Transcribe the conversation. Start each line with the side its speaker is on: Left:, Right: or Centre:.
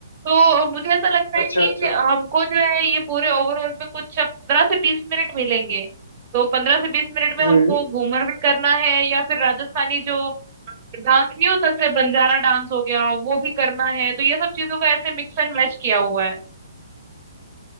Right: तो मुझे ऐसा लगता है
Left: अच्छा
Right: कि
Left: अच्छा
Right: हमको जो है ये पूरे ओवरऑल में कुछ पंद्रह से बीस मिनट मिलेंगे तो पंद्रह से बीस मिनट में
Left: हम्म
Right: हमको घूमर भी करना है या फिर राजस्थानी जो डांस नहीं होता जैसे बंजारा डांस हो गया वो भी करना है तो ये सब चीजों का ऐसे मिक्स एंड मैच किया हुआ है